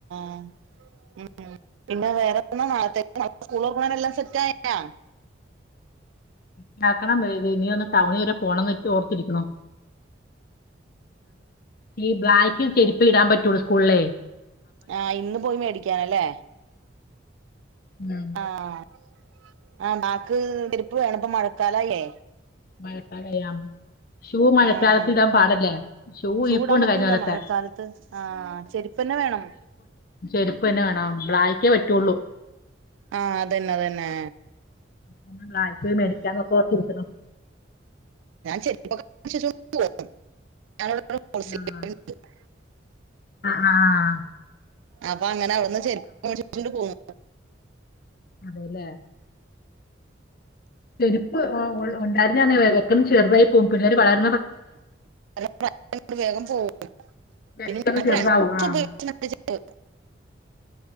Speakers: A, on the right; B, on the left.
A: ഹ് ഉം. പിന്നെ വേറെന്താ നാളത്തേക്ക്. നാളെ സ്കൂളൊർക്ക്ണെയ്ന് എല്ലാം സെറ്റ് ആയാ
B: ണ്ടാക്കണം. <unintelligible> ഇനി ഒന്ന് ടൗണ് വരെ പോണംന്നൊക്കെ ഓർത്തിരിക്ണൂ. ഈ ബ്ലാക് ചെരുപ്പെഇടാപറ്റൊള്ളൂ സ്കൂൾളേയ്
A: ആഹ് ഇന്ന് പോയി മേടിക്കാനല്ലേ
B: ഉം
A: ആ ഹ് ആ. ബാക്ക് ചെര്പ്പ് വേണം. പ്പ മഴക്കാലയീലെ
B: മഴക്കാലയാം ഷൂ മഴക്കാലത്ത്
A: ആഹ്
B: ഇടാൻ പാടല്ലേ ഷൂ ഇരിപ്പുണ്ട്
A: ഇടാൻ പറ്റൂല
B: കഴിഞ്ഞകൊല്ലത്തെ
A: മഴക്കാലത്ത് ആഹ് ചെരുപ്പന്നെ വേണം
B: ചെരുപ്പ് തന്നെ വേണം ബ്ലാക്കേ പറ്റുള്ളൂ
A: ആഹ് അതുതന്നേ
B: <unintelligible> മേടിക്ക <unintelligible>
A: ചെര്പ്പൊക്കെ <inaudible> <unintelligible>
B: ആഹ് ആഹ് ആഹ്
A: അപ്പൊ അങ്ങനെ അവിടുന്ന് ചെരുപ് മേടിച്ചട്ട് പോകും
B: അതെ ലെ ചെരുപ്പ് ഉണ്ടായിരുന്നത് ചെറുതായി പു പുള്ളേര് വളർ
A: <inaudible>
B: പെട്ടെന്ന് ചെറുതാവും ആഹ്